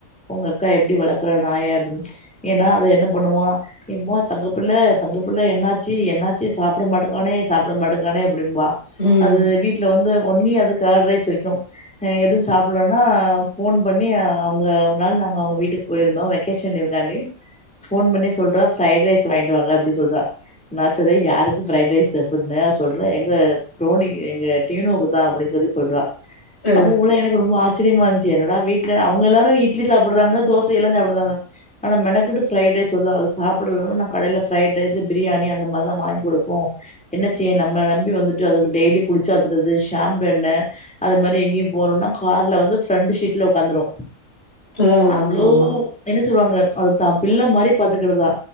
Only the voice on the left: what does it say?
ம்
ஆ
ஆ
ஆமா ஆமா